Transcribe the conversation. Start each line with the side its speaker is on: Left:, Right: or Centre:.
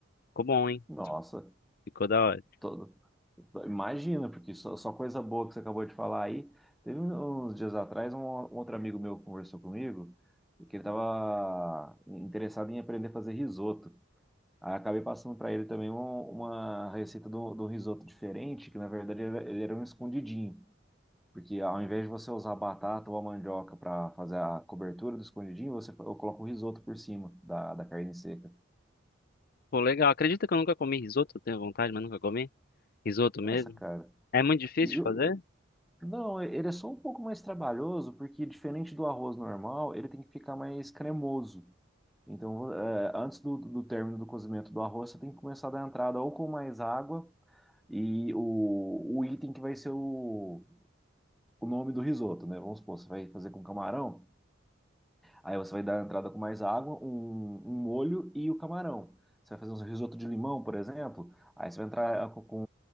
Left: Ficou bom, hein?
Centre: Nossa,
Left: Ficou da hora.
Centre: to- Imagina, porque só, só coisa boa que você acabou de falar aí. Teve um, uns dias atrás, um um outro amigo meu conversou comigo, que ele estava interessado em aprender a fazer risoto. Aí acabei passando para ele também um- uma receita do, do risoto diferente, que na verdade ele era ele era um escondidinho. Porque ao invés de você usar batata ou a mandioca para fazer a cobertura do escondidinho, você eu coloco o risoto por cima da, da carne seca.
Left: Pô, legal. Acredita que eu nunca comi risoto? Eu tenho vontade, mas nunca comi. Risoto
Centre: Nossa,
Left: mesmo?
Centre: cara.
Left: É muito difícil
Centre: E eu-
Left: de fazer?
Centre: Não, é, ele é só um pouco mais trabalhoso, porque diferente do arroz normal, ele tem que ficar mais cremoso. Então, é, antes do, do término do cozimento do arroz, você tem que começar a dar entrada ou com mais água e o, o item que vai ser o, o nome do risoto, né? Vamos supor, você vai fazer com camarão, Aí você vai dar a entrada com mais água, um, um molho e o camarão. Você vai fazer um risoto de limão, por exemplo. Aí você vai entrar com, com